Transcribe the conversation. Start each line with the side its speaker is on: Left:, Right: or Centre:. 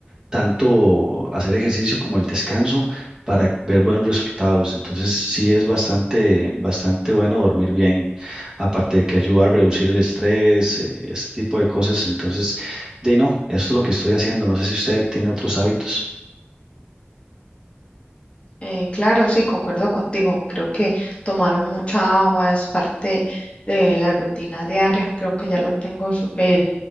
Right: tanto hacer ejercicio como el descanso para ver buenos resultados. Entonces, sí es bastante, bastante bueno dormir bien, aparte de que ayuda a reducir el estrés, eh, este tipo de cosas. Entonces, de ahí no, esto es lo que estoy haciendo. No sé si usted tiene otros hábitos.
Left: Eh, claro, sí, concuerdo contigo. Creo que tomar mucha agua es parte de la rutina diaria. Creo que ya lo tengo súper